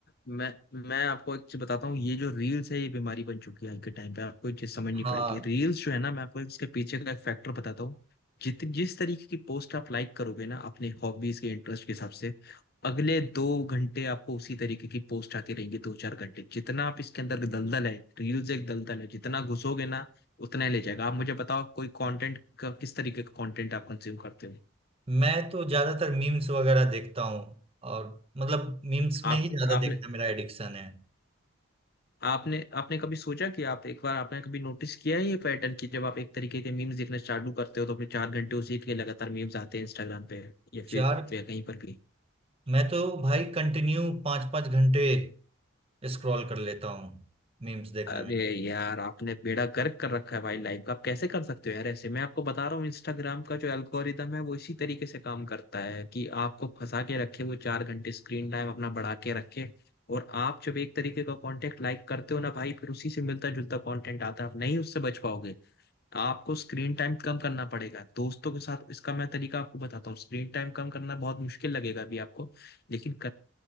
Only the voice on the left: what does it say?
मैं मैं आपको एक चीज बताता हूँ ये जो रील्स है ये बीमारी बन चुकी है आज के टाइम पे आपको ये चीज समझनी
पड़ेगी रील्स जो है ना मैं आपको इसके पीछे का एक फैक्टर बताता हूँ जित जिस तरीके की पोस्ट आप लाइक करोगे ना अपने हॉबीज के इंटरेस्ट के हिसाब से अगले दो घंटे आपको उसी तरीके की पोस्ट आती रहेंगी दो चार घंटे जितना आप इसके अंदर दलदल है रील्स एक दलदल है जितना घुसोगे ना उतना ही ले जाएगा आप मुझे बताओ कोई कंटेंट का किस तरीके का कंटेंट आप कंज्यूम करते हो
आप
आपने
आपने आपने कभी सोचा कि आप एक बार आपने कभी नोटिस किया है ये पैटर्न कि जब आप एक तरीके के मीम्स देखना चालू करते हो तो अपने चार घंटे उसी के लगातार मीम्स आते हैं इंस्टाग्राम पे या
फिर या कहीं पर भी
अरे
यार आपने बेड़ा गर्क कर रखा है भाई लाइफ का आप कैसे कर सकते हो यार ऐसे मैं आपको बता रहा हूँ इंस्टाग्राम का जो एल्गोरिदम है वो इसी तरीके से काम करता है कि आपको फंसा के रखे वो चार घंटे स्क्रीन टाइम अपना बढ़ा के रखे और आप जब एक तरीके का कंटेंट लाइक करते हो ना भाई फिर उसी से मिलता जुलता कंटेंट आता है आप नहीं उससे बच पाओगे आपको स्क्रीन टाइम कम करना पड़ेगा दोस्तों के साथ इसका मैं तरीका आपको बताता हूँ स्क्रीन टाइम कम करना बहुत मुश्किल लगेगा अभी आपको लेकिन